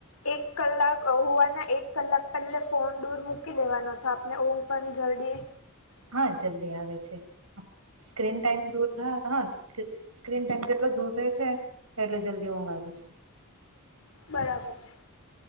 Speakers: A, on the left; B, on the right.
A: એક કલાક હોવાના, એક કલાક પહેલે ફોન દૂર મૂકી દેવાનો હતો આપને. પં જરી
B: હા જલ્દી આવે છે. સ્ક્રીન ટાઈમ દૂર હા સ્ક્રીન ટાઈમ કેટલો દૂર રહે છે. એટલે જલ્દી ઊંઘ આવે છે.
A: બરાબર છે.